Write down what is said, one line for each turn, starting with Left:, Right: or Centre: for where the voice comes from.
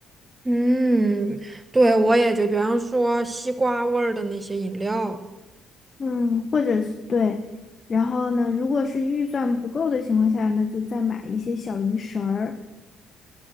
Right: 嗯，对，我也觉得比方说西瓜味儿的那些饮料。
Left: 嗯，或者是对。然后呢，如果是预算不够的情况下呢，那就再买一些小零食儿。